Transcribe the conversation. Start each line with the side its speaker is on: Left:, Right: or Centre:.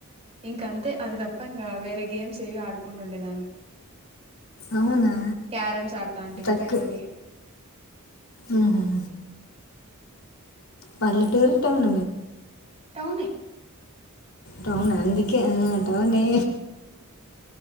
Right: ఇంక అంతే అవి తప్ప ఇంకా వేరే గేమ్స్ ఏవి ఆడుకుంటుండేదాన్ని
Left: అవునా
Right: క్యారమ్స్ ఆడతా అంటి ఇం
Left: తక్కువ
Right: కూర్చొని
Left: మ్మ్. పల్లెటూరు టౌన్
Right: టౌనే
Left: టౌన్ అందుకె ఆ టౌనే